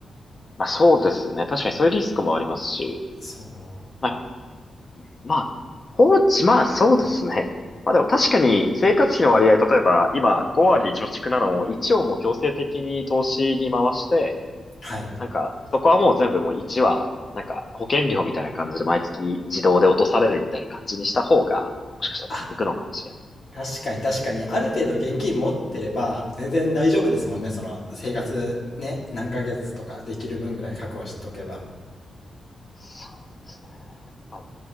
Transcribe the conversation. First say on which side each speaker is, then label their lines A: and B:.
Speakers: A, on the left; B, on the left.
A: まあそうですね。確かにそういうリスクもありますし。
B: そう。
A: まあ、まあ、放置、まあそうですね。まあでも確かに生活費の割合、例えば今5割貯蓄なのを1をもう強制的に投資に回して、
B: はい。
A: なんかそこはもう全部もう1は、なんか保険料みたいな感じで毎月自動で落とされるみたいな感じにした方が、もしかしたら続くのかもしれないで
B: あ、確かに確かに、ある程度現金持ってれば、全然大丈夫ですもんね、その生活ね、何ヶ月とかできる分ぐらい確保しとけば。
A: す。そうですね。まあ